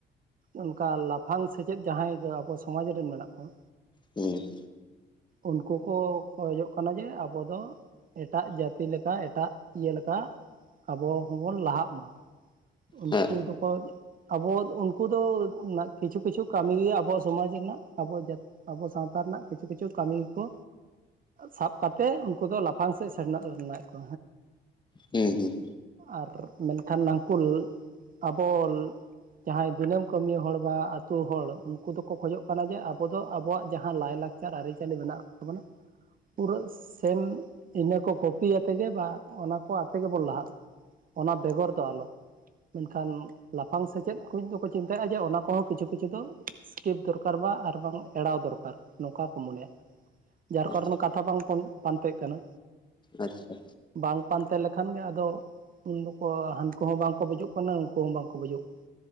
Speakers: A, on the right; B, on the left.
A: ᱚᱱᱠᱟ ᱞᱟᱯᱷᱟᱝ ᱥᱮᱪᱮᱫ ᱡᱟᱦᱟᱸᱭ ᱟᱵᱚ ᱥᱚᱢᱟᱡᱽ ᱨᱮᱱ ᱢᱮᱱᱟᱜ ᱠᱚᱣᱟ᱾
B: ᱦᱮᱸ
A: ᱩᱱᱠᱩ ᱠᱚ ᱠᱷᱚᱡᱚᱜ ᱠᱟᱱᱟ ᱡᱮ ᱟᱵᱚ ᱫᱚ ᱮᱴᱟᱜ ᱡᱟᱹᱛᱤ ᱞᱮᱠᱟ ᱮᱴᱟᱜ ᱤᱭᱟᱹ ᱞᱮᱠᱟ ᱟᱵᱚ ᱦᱚᱵᱚᱱ ᱞᱟᱦᱟᱜ ᱢᱟ᱾ ᱩᱱᱠᱩ
B: ᱦᱮᱸ
A: ᱫᱚ ᱟᱵᱚ ᱩᱱᱠᱩ ᱫᱚ ᱠᱤᱪᱷᱩ ᱠᱤᱪᱷᱩ ᱠᱟᱹᱢᱤ ᱜᱮ ᱟᱵᱚᱣᱟᱜ ᱥᱚᱢᱟᱡᱽ ᱨᱮᱱᱟᱜ ᱟᱵᱚ ᱡᱟ ᱟᱵᱚ ᱥᱟᱶᱛᱟ ᱨᱮᱱᱟᱜ ᱠᱤᱪᱷᱩ ᱠᱤᱪᱷᱩ ᱠᱟᱹᱢᱤ ᱜᱮᱠᱚ ᱥᱟᱵ ᱠᱟᱛᱮᱫ ᱩᱱᱠᱩ ᱫᱚ ᱞᱟᱯᱷᱟᱝ ᱥᱮᱫ ᱥᱮᱱᱚᱜ ᱥᱟᱱᱟᱭᱮᱫ ᱠᱚ᱾
B: ᱦᱮᱸ ᱦᱩᱸ
A: ᱟᱨ ᱢᱮᱱᱠᱷᱟᱱ ᱱᱟᱱᱠᱩᱞ ᱟᱵᱚ ᱡᱟᱦᱟᱸᱭ ᱫᱤᱱᱟᱹᱢ ᱠᱟᱹᱢᱤ ᱦᱚᱲ ᱵᱟ ᱟᱹᱛᱩ ᱦᱚᱲ ᱩᱱᱠᱩ ᱫᱚᱠᱚ ᱠᱷᱚᱡᱚᱜ ᱠᱟᱱᱟ ᱡᱮ ᱟᱵᱚ ᱫᱚ ᱟᱵᱚᱣᱟᱜ ᱡᱟᱦᱟᱸ ᱞᱟᱭ -ᱞᱟᱠᱪᱟᱨ ᱟᱹᱨᱤᱪᱟᱹᱞᱤ ᱢᱮᱱᱟᱜ ᱟᱠᱟᱫ ᱛᱟᱵᱚᱱᱟ ᱯᱩᱨᱟᱹ ᱥᱮᱢ ᱤᱱᱟᱹ ᱠᱚ ᱠᱚᱯᱤ ᱟᱛᱮ ᱜᱮ ᱵᱟ ᱚᱱᱟ ᱠᱚ ᱟᱛᱮ ᱜᱮᱵᱚᱱ ᱞᱟᱦᱟᱜ-ᱢᱟ᱾ ᱚᱱᱟ ᱵᱮᱜᱚᱨ ᱫᱚ ᱟᱞᱚ᱾ ᱢᱮᱱᱠᱷᱟᱱ ᱞᱟᱯᱷᱟᱝ ᱥᱮᱪᱮᱫ ᱠᱚ ᱫᱚᱠᱚ ᱪᱤᱱᱛᱟᱹᱭᱼᱟ ᱡᱮ ᱚᱱᱟ ᱠᱚᱦᱚᱸ ᱠᱤᱪᱷᱩ ᱠᱤᱪᱷᱩ ᱫᱚ ᱥᱠᱨᱤᱯ ᱫᱚᱨᱠᱟᱨ ᱵᱟᱝ ᱟᱨ ᱵᱟᱝ ᱮᱲᱟᱣ ᱫᱚᱨᱠᱟᱨ ᱱᱚᱝᱠᱟ ᱠᱚ ᱢᱚᱱᱮᱭᱟ᱾ ᱡᱟᱨ
B: ᱟᱪᱪᱷᱟ
A: ᱠᱟᱨᱚᱱ ᱠᱟᱛᱷᱟ ᱵᱟᱝ ᱯᱟᱱᱛᱮᱜ ᱠᱟᱱᱟ᱾
B: ᱟᱪᱪᱷᱟ᱾
A: ᱵᱟᱝ ᱯᱟᱱᱛᱮ ᱞᱮᱠᱷᱟᱱ ᱜᱮ ᱟᱫᱚ ᱩᱱ ᱫᱚᱠᱚ ᱦᱟᱹᱱᱠᱩ ᱦᱚᱸ ᱵᱟᱝ ᱜᱩᱡᱩᱜ ᱵᱩᱡᱩᱜ ᱠᱟᱱᱟ ᱩᱱᱠᱩ ᱦᱚᱸ ᱵᱟᱝᱠᱚ ᱵᱩᱡᱷᱟᱹᱜ ᱠᱟᱱᱟ᱾